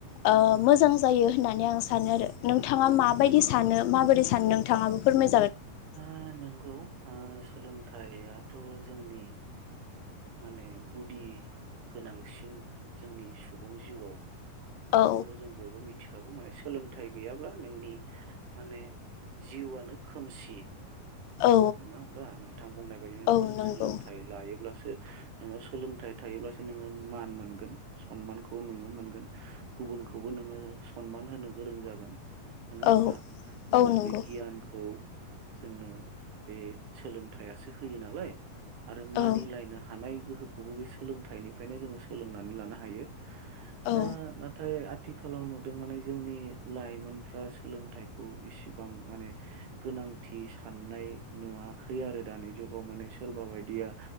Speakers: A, on the left; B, on the right.
A: ओ मोजां जा जायो होननानै आं सानो आरो नोंथाङा
B: औ ओ
A: माबायदि सानो माबोरै सानो नोंथाङाबो फोरमाय
B: ओ नंगौ सोलोंथाइयाथ' जोंनि माने गुदि गोनांसिन जोंनि सुबुं जिउआव बेखौथ'
A: औ
B: जों बयबो मिथिखागौ माने सोलोंथाइ गैयाब्ला नोंनि माने जिउआनो खोमसि।
A: औ
B: नोङा होमबा नोंथां बुंनाय बायदिनो नोंगौ
A: औ नंगौ
B: सोलोंथाइ लायोब्लासो ओ नोङो सोलोंथाइ थायोब्लासो नोङो मान मोनगोन सनमानखौ नोङो मोनगोन। गु गुबुनखौबो नोङो सनमान होनो गोरों जागोन। नोङा होमबा?
A: औ
B: जोङो
A: औ नंगौ
B: बे गियानखौ जोंनो बे सोलोंथाइ आसो होयो नालाय आरो मानिलायनो
A: औ
B: हानाय गोहो खौबो बे सोलोंथाइनिफ्रायनो जोङो सोलोंनानै लानो हायो।
A: औ
B: दा नाथाय आथ थिखालाव नुदों माने जोंनि लाइमोनफ्रा सोलोंथाइखौ इसिबां माने गोनां थि साननाय नुवाखै आरो दानि जुगाव। माने सोरबा बायदिया